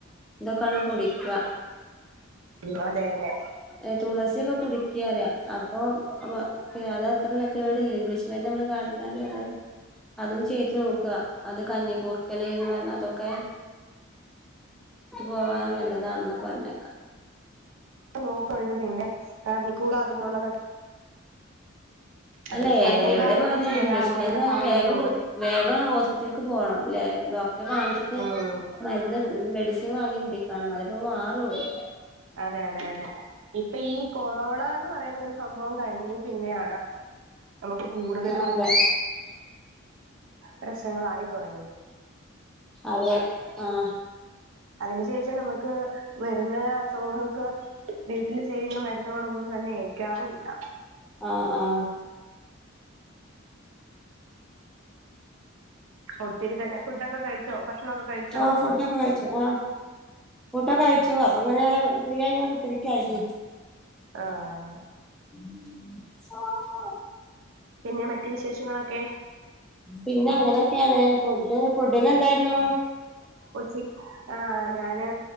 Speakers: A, in the centre; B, on the right.
A: ഇതൊക്കെയാണ് കുടിക്ക
B: ഉം അതെ അതെ
A: ഏഹ് തുളസിയൊക്കെ കുടിക്കറ അപ്പൊ പിന്നെ അത് അത്രല്ല കേടില്ല ഇംഗ്ലീഷ്മാരെ നമ്മള് കാണിക്കണാണ് നല്ലത് അതും ചെയ്തു നോക്കുക അത് കഞ്ഞിക്കൂർക്കല് എന്ന് പറഞ അതൊക്കെ ഇത് പോവാൻ നല്ലതാണെന്ന് പറഞ്ഞേക്കാം
B: നോക്കണ്ട് പിന്നെ നിക്കുക അതുപോലുള്ളത അതെ
A: അല്ലെ
B: പരിറ
A: എവിടെ
B: തുളസേല
A: പോയാലും ഇംഗ്ലീഷ്
B: അങ്ങനെയുള്ള
A: മരുന്നായാലും
B: സാധനങ്ങളൊക്കെ
A: വേഗം
B: നമ്മള്
A: വേഗം ഹോസ്പിറ്റലക്ക് പോണംലേ ഡോക്ടറെ കാണിച്ചിട്ട്
B: ഉം
A: മരുന്ന് മെഡിസിൻ വാങ്ങി കുടിക്ക അതിപ്പോ മാറുള്ളു
B: അതെ അതെ അതെ ഇപ്പൊ ഈ കൊറോണ എന്ന് പറയുന്ന ഒരു സംഭവം കഴിഞ്ഞ പിന്നെയാണ് നമുക്ക് കൂടുതലും
A: അതെ
B: പ്രശ്നങ്ങളായി തുടങ്ങിയത്
A: അതെ ആഹ്
B: അതിനു ശേഷം നമുക്ക് വരുന്ന അസുഖങ്ങൾക്ക് വീട്ടിൽ ചെയ്യുന്ന മരുന്നുകളൊന്നും തന്നെ ഏയ്ക്കാറുല്ല
A: ആഹ് ആഹ്
B: ഒത്തിരി തന്നെ ഫുടൊക്കെ കഴ് ചോ ഭക്ഷണൊക്കെ കഴിച്ചോ
A: ആഹ് ഫുഡൊക്കെ കയിച്ചു ആഹ് ഫുഡ്ഡോക്കെ കഴിച്ചു അപ്പങ്ങനെ ഫ്രീയായിങ്ങനെ കുത്തിരിക്കാരുന്നു
B: ആഹ്
A: <unintelligible>
B: പിന്നെ മറ്റ് വിശേഷങ്ങളൊക്കെ
A: പിന്നെ അങ്ങനെക്കെയാണെ ഫുഡ് ഫുഡ്ഡിനെന്താരുന്നു
B: കൊച്ചി ആഹ് ഞാന്